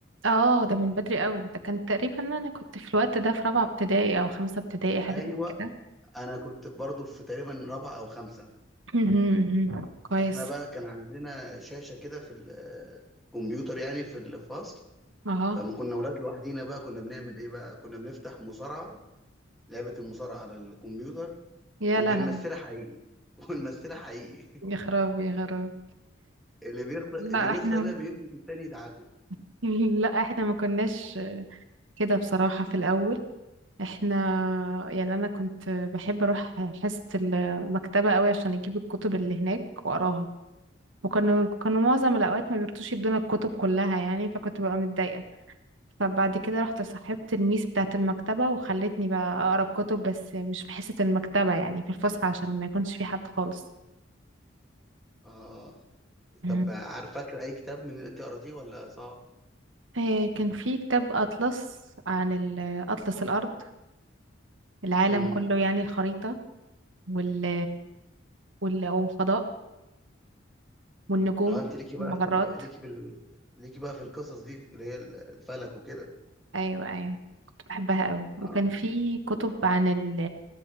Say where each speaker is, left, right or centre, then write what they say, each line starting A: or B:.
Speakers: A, on the right (about 80°); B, in the centre.
A: اه ده من بدري قوي ده كان تقريبا انا كنت في الوقت ده في رابعه ابتدائي او خمسه ابتدائي حاجه
B: ايوه
A: زي كده
B: انا كنت في- برضه في تقريبا رابعه او خمسه
A: مهم، مهم. كويس
B: فاحنا بقى كان عندنا شاشه كده في الكمبيوتر يعني في الفصل
A: اه
B: فما كنا اولاد لوحدينا بقى كنا بنعمل ايه بقى كنا بنفتح مصارعه لعبه المصارعه على الكمبيوتر
A: يا
B: وبنمثلها
A: لهوي
B: حقيقي <laughs> ونمثلها حقيقي
A: يا خراب يا خراب
B: اللي بيخسر
A: لا
B: اللي بيخسر
A: احنا
B: ده بيمسك التاني يدعكه
A: <laughs> لا احنا ما كناش كده بصراحه في الاول احنا يعني انا كنت بحب اروح حصة المكتبة قوي عشان اجيب الكتب اللي هناك واقراها وكانوا كانوا معظم الاوقات ما بيرتوش يدونا الكتب كلها يعني فكنت ببقى متضايقة فبعد كده رحت صاحبت الميس بتاعة المكتبة وخلتني بقى اقرا الكتب بس مش في حصة المكتبة يعني في الفسحة عشان ما يكونش في حد خالص
B: اه
A: مم.
B: طب عارف فاكر اي كتاب من اللي انت قراتيه ولا صعب
A: آه، كان في كتاب أطلس عن ال- أطلس الأرض العالم
B: امم
A: كله يعني الخريطة وال وال- والفضاء والنجوم
B: اه انت ليكي بقى
A: والمجرات
B: في ال... ليكي بال... ليكي بقى في القصص دي اللي هي الفلك وكده
A: ايوه ايوه كنت بحبها قوي وكان
B: اه
A: في كتب عن ال